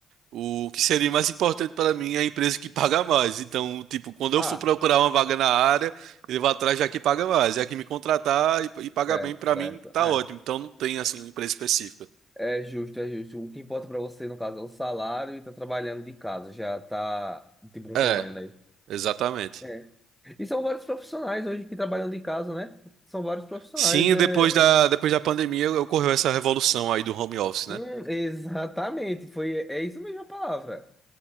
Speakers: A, on the right; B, in the centre.
A: O que seria mais importante para mim é a empresa que paga mais. Então, tipo, quando
B: Ah,
A: eu for procurar uma vaga na área, ele vai atrás da que paga mais. É a que me contratar e, e pagar
B: certo,
A: bem para
B: certo.
A: mim, tá
B: É.
A: ótimo. Então, não tem assim uma empresa específica.
B: É justo, é justo. O que importa pra você, no caso, é o salário e tá trabalhando de casa, já tá de bom
A: É,
B: tamanho, né?
A: exatamente.
B: É. E são vários profissionais hoje que trabalham de casa, né? São vários profissionais,
A: Sim,
B: é.
A: depois da depois da pandemia ocorreu essa revolução aí do home office,
B: Hum,
A: né?
B: exatamente, foi, é isso mesmo a palavra.